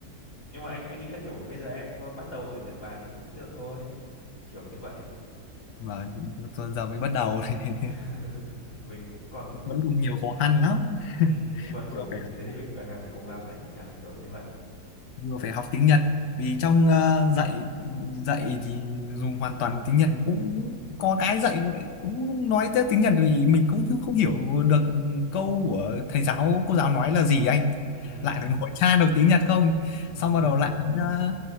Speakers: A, on the left (about 50°); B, on the left (about 85°).
A: nhưng mà anh anh nghĩ là kiểu bây giờ em bắt đầu ở Nhật Bản thì cũng được thôi kiểu như vậy
B: và giờ giờ mới bắt đầu <laughs>
A: <laughs> mình cũng còn
B: vẫn
A: cũng
B: còn nhiều khó khăn lắm
A: ừ,
B: <laughs>
A: nhưng mà kiểu
B: vừa
A: mình
B: phải
A: thế
B: học,
A: thì mình càng càng phải cố gắng đấy nhỉ kiểu như vậy
B: vừa phải học tiếng Nhật vì trong ờ, dạy dạy thì dùng hoàn toàn tiếng Nhật cũng có cái dạy cũng cũng nói tới tiếng Nhật thì mình cũng không không hiểu được câu của thầy giáo cô giáo nói là gì anh
A: ừ,
B: lại phải ngồi tra được tiếng Nhật không
A: ừ,
B: xong
A: ừ,
B: bắt đầu lại đến ờ,